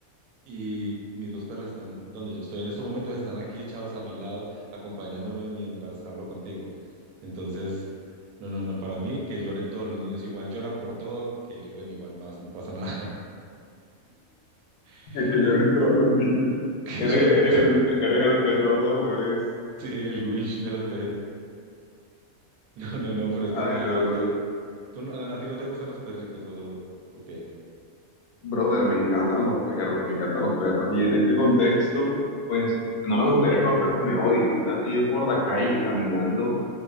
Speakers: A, on the right; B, on the left.
A: y mis dos perros están donde yo estoy. En estos momentos están aquí echados a mi lado, acompañándome mientras hablo contigo. Entonces, no, no, no, para mí que lloren todos los niños, igual lloran por todo, que lloren igual más, no pasa nada. <laughs>
B: que
A: Le
B: lloren
A: digo,
B: todos los niños.
A: que
B: Eres,
A: lloren,
B: eres
A: <laughs>
B: el, eres el terror de los bebés.
A: sí, el Grinch de los bebés. No, no, no, pero es
B: Ay,
A: que imagínate,
B: no, no.
A: ¿tú, no- a, a ti no te gustan los perritos o, o qué?
B: Brother, me encantan los perros, me encantan los perros. Y en este contexto, pues no me gustaría que los perros me odien. Imagínate ir por la calle caminando